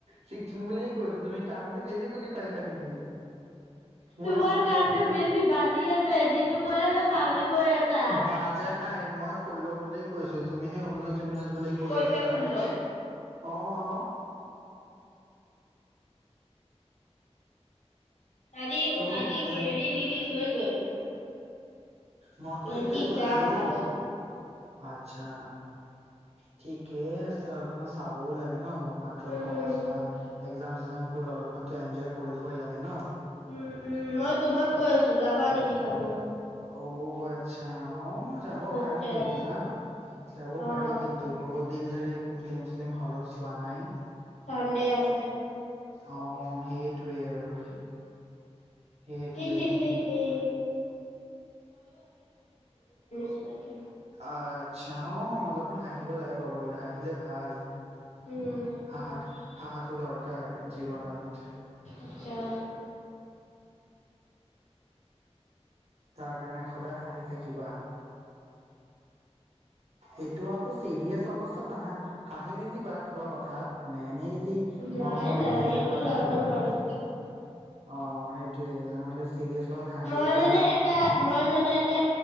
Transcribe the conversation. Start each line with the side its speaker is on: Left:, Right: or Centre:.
Right: চিক্সটিন বুলিয়েই কৈছোঁ। তুমি কাণেদি বেছি শুনি নেকি? মই
Left: তোমাৰ
Right: ষোল্ল
Left: কাণটো
Right: বুলি,
Left: বেছি বাজি আছে যিটো কৈ আছা পাহৰি গৈ আছা।
Right: বাজা নাই। মই ষোল্ল বুলিয়ে কৈছোঁ। তুমিহে ঊনৈশ, ঊনৈশ বুলি কৈ
Left: কৈছে
Right: আছিলা।
Left: ষোল্ল
Right: অঁ!
Left: আজি,
Right: ত'
Left: আজি
Right: তেন
Left: হেৰি ৰিলিজ হৈ গ'ল।
Right: মইতো
Left: টুৱেণ্টিত
Right: সেইটোয়ে কৈ
Left: যাম
Right: আছোঁ।
Left: চাব।
Right: আচ্ছা! ঠিকেই আছে অলপমান চাবও লাগে ন'। মাত্ৰ
Left: উম,
Right: পঢ়া চহা এক একজাম, চেকজাম বোৰ আলপ মানেটো এনজয় কৰিবই লাগে ন'।
Left: উম, উম, মই তোমাক কৈ আছোঁ যাবা নেকি চাব?
Right: অ'! আচ্ছা! অ'! যাব
Left: ককটেল
Right: পাৰি কিন্তু না যাব
Left: অ',
Right: পাৰি কিন্তু। বহুত দিন ধৰি একো ফিল্ম চিল্ম হলত চোৱা নাই।
Left: চান্দে আছে।
Right: অ'! সেই সেইটোৱেই আৰু সেইটোৱে
Left: হি, হি,
Right: এ
Left: হি, হি চিনাকি
Right: আচ্ছা! অ'! অলপমান হাঁহিব লাগে ক'ব গ'লে, হাঁহিলে ভাল।
Left: উম,
Right: হাঁহাটো, হাঁহাটো দৰকাৰ জীৱনত।
Left: আচ্ছা
Right: তাৰ কাৰণে সদায় হাঁহি থাকিবা। এইটো আকৌ চিৰিয়াছ অৱস্থাত নাহা, হাঁহি নিদিবা কিবা কথা কথাত মানে, এনেই যদি
Left: নাই,
Right: মন কৰে
Left: নাই
Right: কেতিয়াবা
Left: সেইটো
Right: হাঁহিবা।
Left: জানো বাৰু।
Right: অ', ! সেইটোৱে নহ'লে চিৰিয়েছত হাঁহি
Left: মই
Right: দিলে।
Left: মানে এটা মই মানে এটা